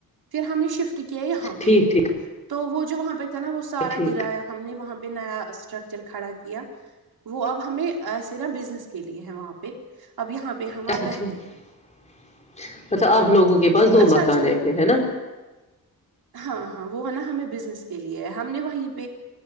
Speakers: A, on the right (about 75°); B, on the left (about 20°).
A: پھر ہم نے شفٹ ٹ کیا یہاں
B: ٹھیک
A: پہ
B: ٹھیک
A: تو وہ جو وہاں پہ تھا نا وہ سارا
B: ٹھیک
A: گرایا ہم نے وہاں پہ پہ نیا اسٹرکچر کھڑا کیا وہ اب ہمیں سیرا بزنس کے لیے ہے وہاں پہ اب یہاں پہ ہم
B: اچھا
A: اب رہتے
B: ٹھیک
A: ہیں
B: اچھا آپ
A: ہاں
B: لوگوں کے پاس دو
A: اچھا
B: مکان
A: اچھا
B: ہے پھر ہے نا
A: ہاں ہاں وہ ہے نا ہمیں بزنس کے لیے ہے ہم نے وہیں پہ